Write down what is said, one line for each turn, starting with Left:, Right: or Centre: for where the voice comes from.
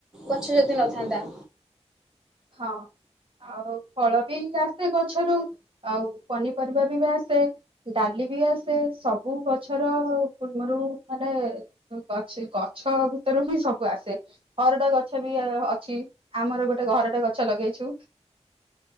Centre: ଗଛ ଯଦି ନଥାନ୍ତା।
Right: ହଁ ଆଉ ଫଳବି ଆସେ ଗଛରୁ ଆଉ ପନିପରିବାବି ବା ଆସେ ଡାଲିବି ଆସେ ସବୁ ଗଛର ପୂର୍ବରୁ ମାନେ <unintelligible> ଅଛି ଗଛ ଭିତରୁ ହିଁ ସବୁ ଆସେ। ହରଡ ଗଛ ବି ଅଛି, ଆମର ଗୋଟେ ହରଡ ଗଛ ଲଗେଇଛୁ।